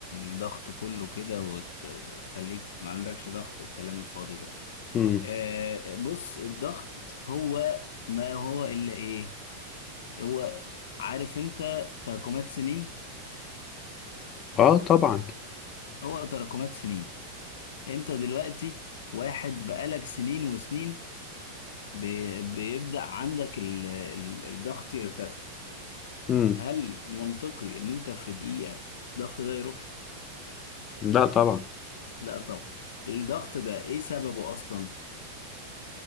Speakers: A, on the left; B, on the left.
A: الضغط كله كده وت- وتخليك ما عندكش ضغط والكلام الفاضي ده
B: مم.
A: آه، بص الضغط هو ما هو الا ايه هو عارف انت تراكمات سنين
B: اه طبعا
A: هو تراكمات سنين انت دلوقتي واحد بقالك سنين وسنين بي- بيبدأ عندك ال- ال- الضغط يرتفع
B: مم.
A: هل منطقي ان انت في دقيقة الضغط ده يروح؟
B: لا طبعا
A: لا طبعا الضغط ده ايه سببه اصلا؟